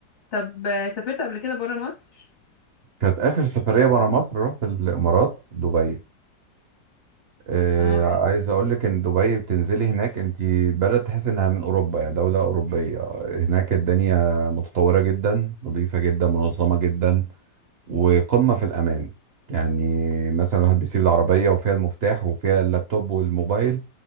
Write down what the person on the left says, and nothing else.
طب سافرت قبل كده برا مصر؟
اه